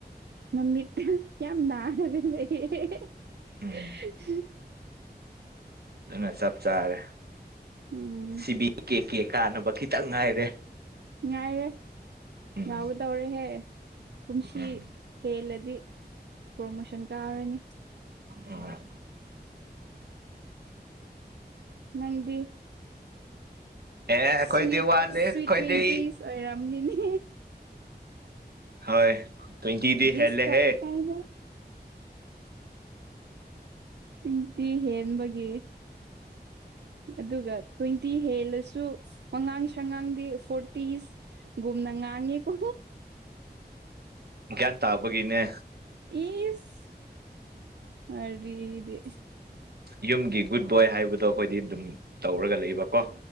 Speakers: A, on the right; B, on the right.
A: ꯃꯃꯤꯠ ꯍꯥ ꯌꯥꯝ ꯅꯥꯔꯒ ꯂꯩꯌꯦ
B: ꯎꯝ
A: <unintelligible>
B: ꯑꯗꯨꯅ ꯆꯞ ꯆꯥꯔꯦ
A: ꯎꯝ
B: ꯁꯤꯕꯤ ꯀꯦ ꯀꯦ ꯀꯥꯅꯕ ꯈꯤꯇꯪ ꯉꯥꯏꯔꯦ
A: ꯉꯥꯏꯔꯦ
B: ꯎꯝ
A: ꯉꯥꯎꯒꯗꯧꯔꯦꯍꯦ ꯀꯨꯝꯁꯤ
B: ꯎꯝ
A: ꯀꯦ ꯍꯦꯜꯂꯗꯤ ꯄ꯭ꯔꯣꯃꯣꯁꯟ ꯀꯥꯔꯅꯤ
B: ꯎꯝ
A: ꯅꯪꯗꯤ
B: ꯑꯦ ꯑꯩꯈꯣꯏꯗꯤ
A: ꯁ꯭ꯋꯤꯠ
B: ꯋꯥꯠꯂꯦ
A: ꯁ꯭ꯋꯤꯠ
B: ꯑꯩꯈꯣꯏꯗꯤ
A: ꯇ꯭ꯋꯣꯟꯇꯤꯁ ꯑꯣꯏꯔꯝꯅꯤꯅꯦ
B: ꯍꯣꯏ ꯇ꯭ꯋꯦꯟꯇꯤꯗꯤ ꯍꯦꯜꯂꯦꯍꯦ
A: ꯏꯁ ꯍꯣꯢ ꯀꯥꯏꯅ ꯇꯣꯢꯟꯇꯤ ꯍꯦꯟꯕꯒꯤ ꯑꯗꯨꯒ ꯇ꯭ꯋꯣꯟꯇꯤ ꯍꯦꯜꯂꯁꯨ ꯋꯉꯥꯡ ꯁꯉꯥꯡꯗꯤ ꯐꯣꯔꯇꯤꯁ ꯒꯨꯨꯝꯅ ꯉꯥꯡꯉꯤꯀꯣ
B: ꯒ꯭ꯌꯥꯟ ꯇꯥꯕꯒꯤꯅꯦ
A: ꯏꯁ ꯃꯔꯤꯗꯤ
B: ꯌꯨꯝꯒꯤ ꯒꯨꯗ ꯕꯣꯏ ꯍꯥꯏꯕꯗꯣ ꯑꯈꯣꯏꯗꯤ ꯑꯗꯨꯝ ꯇꯧꯔꯒ ꯂꯩꯕ ꯀꯣ